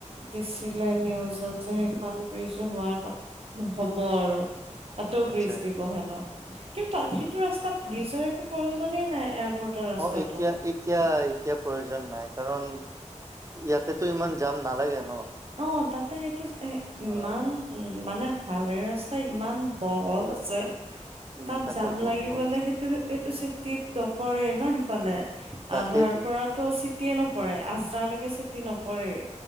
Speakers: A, on the right (about 50°); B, on the right (about 25°).
A: দিছিল। নিউজত যে সেইখন ব্ৰিজ হোৱাৰ কথ হ'ব আৰু। তাতও
B: আচ্ছা
A: ব্ৰিজ দিব হেনো কিন্তু সেইটো ৰাস্তাত ব্ৰীজৰ একো প্ৰয়োজনেই নাই। এয়াৰপৰ্টৰ ৰাস্তাটোৰ
B: অ এতিয়া এতিয়া এতিয়া প্ৰয়োজন নাই। কাৰণ ইয়াতেতো ইমান জাম নালাগে। ন
A: অ তাতে সেইটো
B: হয়
A: ইমান উম মানে। হাৱৈ ৰাস্তা ইমান বহল আছে।
B: উম
A: তাত
B: তাকে
A: যাম
B: বহুত
A: লাগিবলে
B: দোকান আছে
A: সেইটো সেইটো চিটিত নপৰে নহ। <unintelligible>
B: তাকেইতো
A: আধাৰ পৰাতো চিটিয়ে নপৰে আজাৰালৈকেটো চিটি নপৰেই।